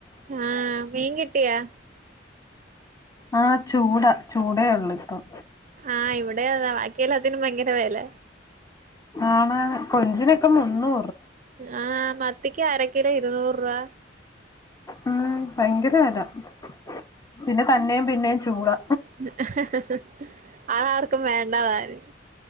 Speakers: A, on the right; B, on the left.
A: ആഹ് മീൻ കിട്ടിയാ
B: ആ ചൂട. ചൂടേ ഉള്ളു ഇപ്പം
A: ആ ഇവിടേ അതെ, ബാക്കിയെല്ലാത്തിനും ഭയങ്കര ര വെല.
B: ആണ്‌ കൊഞ്ചിനൊക്കെ മുന്നൂ
A: ആ മത്തിക്ക് അരക്കിലോ ഇരുന്നൂറ് രൂവ
B: ഉം ഭയങ്കര <unintelligible> പിന്നെ തന്നെയും പിന്നെയും ചൂടാ
A: <unintelligible> അത് ആർക്കും വേണ്ടതാനും